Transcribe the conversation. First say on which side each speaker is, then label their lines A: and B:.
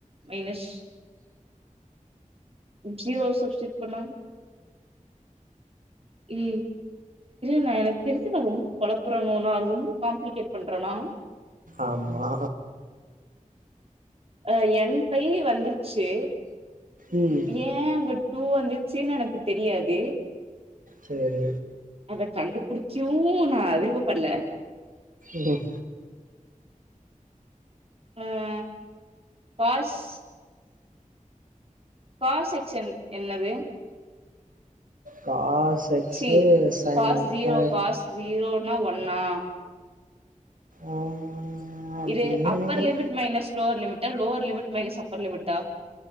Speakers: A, on the right (about 45°); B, on the right (about 75°).
A: மைனஸ் ஜி ஒரு சப்ஸுட் பண்ண இ நான் எனக்கு தெரிஞ்சு நான் ரொம்ப குழப்பறணோ நான் ரொம்ப காம்ப்ளிகேட் பண்றேனா
B: ஆமா
A: அஹ என் பையிவந்துச்சு
B: ம்
A: ஏன் அங்க டூ வந்துச்சுன்னு எனக்கு தெரியாது
B: சரி
A: அத கண்டுபிடிக்ச்சும் நான் விருபப்படல
B: ம்
A: ஆஹ் பாஸ் காசெக்க்ஷன் என்னது
B: cos X
A: C
B: sine
A: pass ஜீரோ
B: அ
A: பாஸ் ஜீரோ னா ஒன்னா
B: ஆ அப்டின்னு
A: இது அப்பர்
B: நெனைக்கிறே
A: limit minus lower limit lower limit minus upper லிமிட்டா